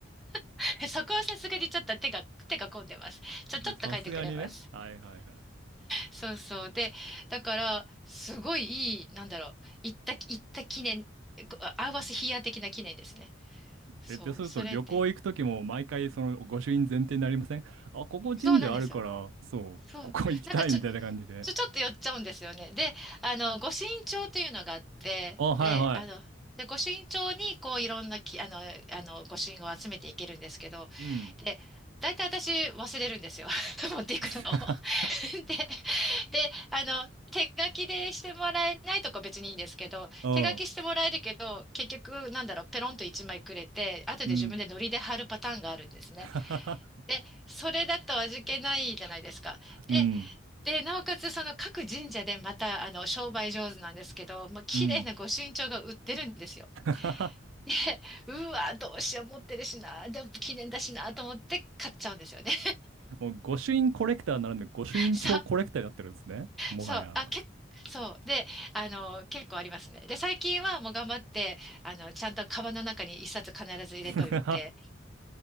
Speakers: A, in the centre; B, on the right.
A: <laughs> そこはさすがにちょっと手が、手が込んでます。ちょ、ちょっと書いてくれます。
B: さすがにね。はいはいはい。
A: そうそう。で、だから、すごいいい、なんだろう、行った、行った記念、こう合わせヒーヤー的な記念ですね。そう、
B: え、ってすると旅行行くときも毎回その御朱印前提になりませんあ、
A: それで。
B: ここ神社あるから、
A: そうなんですよ。
B: そう、
A: そう。
B: ここ行きたいみたいな感じで。
A: なんかちょ、ちょ、ちょっと寄っちゃうんですよね。で、あの、御朱印帳というのがあって、
B: あ、はいはい。
A: で、あの、で、御朱印帳に、こう、いろんなき、あの、あの、御朱印を集めていけるんですけど、
B: うん。
A: で、大体私忘れるんですよ。<laughs> 持っていくのを。
B: <laughs>
A: <laughs> で、で、あの、手書きでしてもらえないとか別にいいんですけど、
B: うん。
A: 手書きしてもらえるけど、結局、なんだろう、ペロンと1枚くれて、後で自分でノリで貼るパターンがあるんですね。
B: うん。<laughs>
A: で、それだと味気ないじゃないですか。で、
B: うん。
A: で、なおかつその各神社でまたあの商売上手なんですけど、もう綺麗な御朱印帳が売ってるんですよ。
B: うん。<laughs>
A: で、うわ、どうしよう持ってるしな、でも記念だしなと思って買っちゃうんですよね。
B: もう御朱印コレクターならぬ御朱印帳コレクターになってるんですね。
A: <laughs> そう、
B: もはや。
A: そう、あ、結そう。で、あの、結構ありますね。で、最近はもう頑張って、あの、ちゃんとカバンの中に一冊必ず入れといて、
B: <laughs>